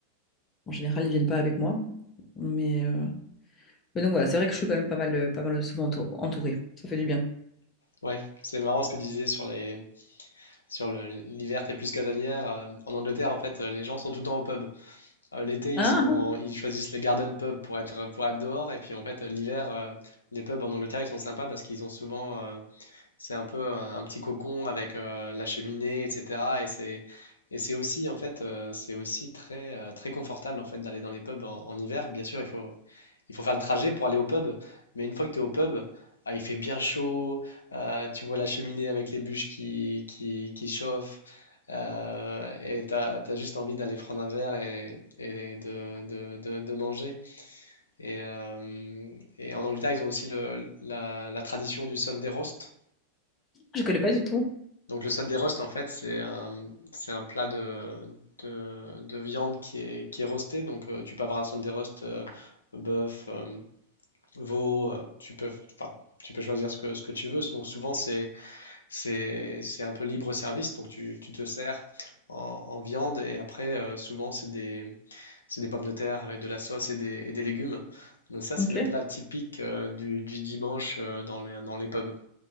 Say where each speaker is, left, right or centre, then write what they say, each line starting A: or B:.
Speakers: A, on the left (about 25°); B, on the left (about 75°).
A: En général, ils viennent pas avec moi. Mais, euh, mais donc voilà, c'est vrai que je suis quand même pas mal, euh, pas mal souvent entou- entourée. Ça fait du bien.
B: Ouais, c'est marrant ce que tu disais sur les Sur le- l'hiver, t'es plus casanière. Euh, En Angleterre, en fait, euh, les gens sont tout le temps au pub. Euh, L'été,
A: Ah,
B: ils sont, en- ils choisissent les garden pubs pour être, pour être dehors. Et puis, en fait, euh, l'hiver, euh, les pubs en Angleterre, ils sont sympas parce qu'ils ont souvent, euh, c'est un peu un, un petit cocon avec euh, la cheminée, etc. Et c'est, et c'est aussi, en fait, euh, c'est aussi très, euh, très confortable, en fait, d'aller dans les pubs en, en hiver. Bien sûr, il faut, il faut faire le trajet pour aller au pub. Mais une fois que tu es au pub, ah, il fait bien chaud. euh, tu vois la cheminée avec les bûches qui, qui, qui chauffent. euh, et tu as, juste envie d'aller prendre un verre et, et de, de- de- de manger. Et, euh, et en Angleterre, ils ont aussi le- la, la tradition du Sunday roast.
A: je connais pas du tout.
B: Donc le Sunday roast, en fait, c'est un, c'est un plat de, de, de viande qui est, qui est roasté. Donc euh, tu peux avoir un Sunday roast euh, bœuf. euh, veau, euh, tu peux, enfin, tu peux choisir ce que, ce que tu veux. Donc souvent c'est c'est c'est un peu libre service, donc tu, tu te sers en, en viande et après euh, souvent c'est des c'est des pommes de terre avec de la sauce et des, et des légumes. Donc ça c'est
A: Ok,
B: le plat typique euh, du, du dimanche euh, dans les, dans les pubs.